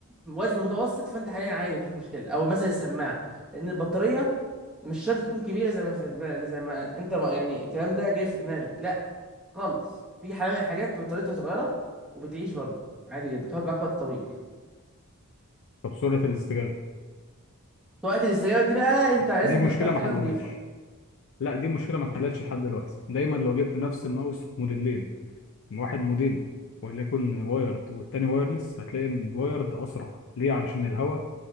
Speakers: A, in the centre; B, on the left.
A: وزنه متوسط فانت حاليا عادي مفيش مشكله او مثلا السماعه لان البطاريه مش شرط تكون كبيره زي ما في دماغ- زي ما انت ما يعني الكلام ده جاي في دماغك لا خالص في حاليا حاجات بطاريتها صغيره وبتعيش برضه عادي جدا بتقعد معاك وقت طويل
B: طب سرعه الاستجابه
A: في وقت الاستجابه دي بقى انت
B: دي
A: لازم
B: مشكله
A: تختار حاجه
B: ما حلوهاش
A: نظيفه
B: لا دي مشكله ما اتحلتش لحد دلوقتي دايما لو جبت نفس الماوس موديلين من واحد موديل وليكن وايرد والتاني وايرلس هتلاقي ان الوايرد اسرع ليه علشان الهواء